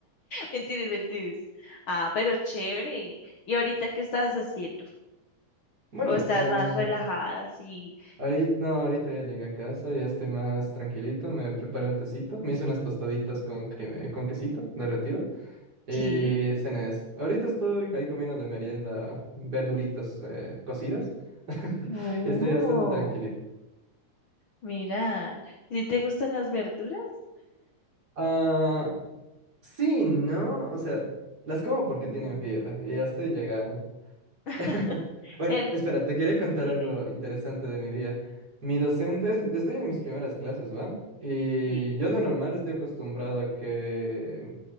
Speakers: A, on the left (about 55°); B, on the right (about 30°).
A: Mentiras, mentiras. Ah, pero chévere. ¿Y ahorita qué estabas haciendo?
B: Bueno,
A: o estás
B: eh,
A: más relajada, así.
B: ahorita, no, ahorita ya llegué a casa, ya estoy más tranquilito, me preparé un tecito, me hice unas tostaditas con, crema- con quesito derretido. Y
A: Sí.
B: cenes. Ahorita estoy ahí comiendo de merienda verduritas eh, cocidas. <laughs>
A: Oh,
B: Estoy bastante tranquilito.
A: mira, ¿sí te gustan las verduras?
B: Ah, sí, ¿no? O sea, las como
A: Mm,
B: porque tienen fibra y hasta ahí llegamos.
A: <laughs>
B: <laughs> Bueno,
A: El,
B: espera,
A: mm,
B: te quería contar
A: dime.
B: algo interesante de mi día. Mi docente, es- estoy en mis primeras clases, ¿va? Y
A: Sí,
B: yo de normal estoy acostumbrado a que